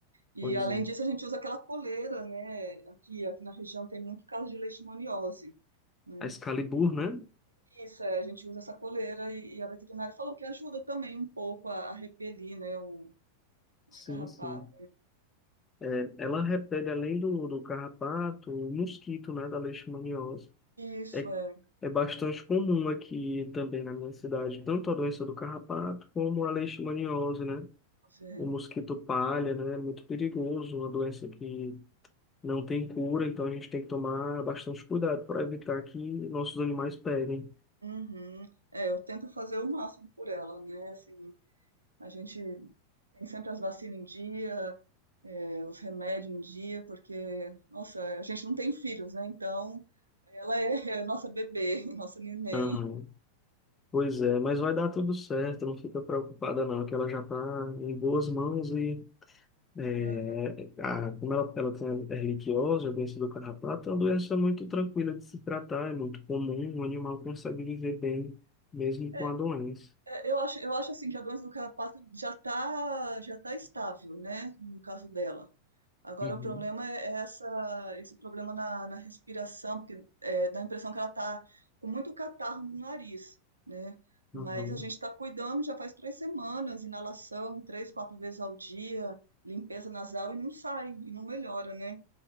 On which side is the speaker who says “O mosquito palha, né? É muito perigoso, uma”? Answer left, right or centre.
Left